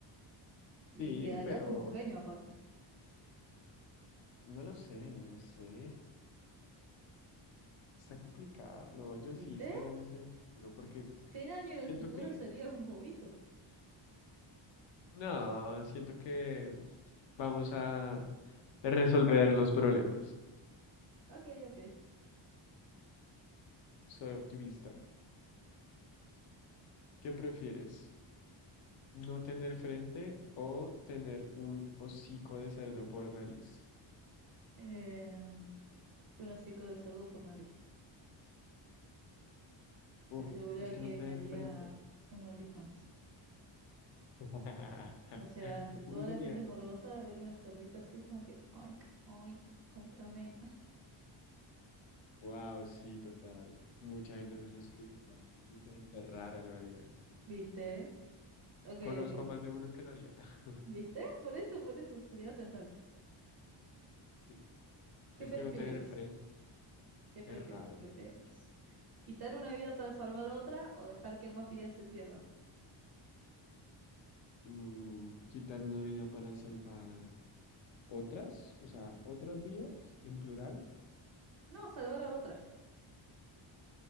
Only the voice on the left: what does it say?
sí,
pero
no lo sé, no sé. Está complicado. No, yo
sí, 100 años en el futuro, porque
siento
que,
no, siento que vamos a resolver los problemas.
Soy optimista. ¿Qué prefieres? No tener frente o tener un hocico de cerdo por nariz.
Uf,
es que
no tener
frente.
<laughs>
¿Cómo sería?
Wow, sí, total. Mucha gente se suscribiría. Mucha gente rara lo haría.
Conozco
a más de uno que lo haría. <laughs>
Sí,
es
que no tener frente
es raro.
Mm, quitar una vida para salvar otras, o sea, otras vidas en plural.